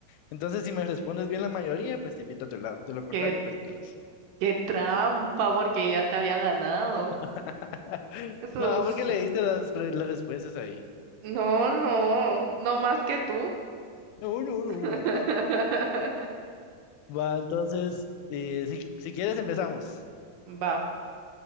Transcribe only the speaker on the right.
Qué,
qué trampa, porque ya te había ganado.
Eso
es...
No, no, no más que tú.
<laughs>
Va.